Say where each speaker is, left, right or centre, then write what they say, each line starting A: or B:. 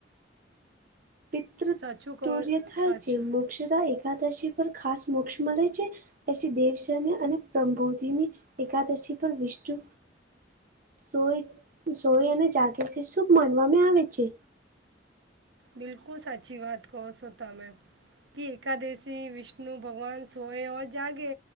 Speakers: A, on the right; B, on the right.
A: પિતૃ
B: સાચું કહો
A: તુર્ય થાય
B: સાચું
A: છે, મોક્ષતા એકાદશી પર ખાસ મોક્ષ મળે છે. પછી દેવસની અને પ્રબોધની એકાદશી પર વિષ્ણુ. સોય સોય અને ચાગસ શુભ માનવામાં આવે છે.
B: બિલકુલ સાચી વાત કહો સો તમેં કે એકાદશી વિષ્ણુ ભગવાન સોએ ઓર જાગે